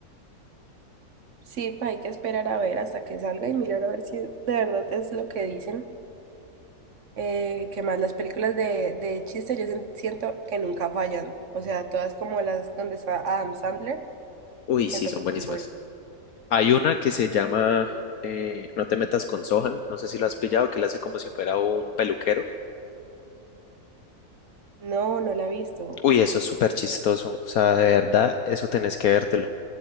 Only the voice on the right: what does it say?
Sí, pues hay que esperar a ver hasta que salga y mirar a ver si de verdad es lo que dicen. Eh, qué más las películas de, de chiste yo sien- siento que nunca fallan, o sea, todas como las donde está Adam Sandler,
siento
que
son buenas.
No, no la he visto.